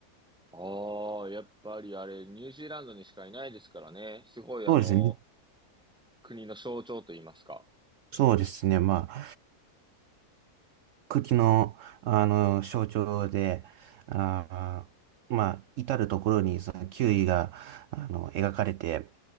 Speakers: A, in the centre; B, on the right.
A: ああ、やっぱりあれ、ニュージーランドにしかいないですからね。すごい、
B: そうですね。
A: あの、国の象徴と言いますか。
B: そうですね。まあ、茎の、あの、象徴で、あー、まあ、至るところに、その、キウイが、あの、描かれて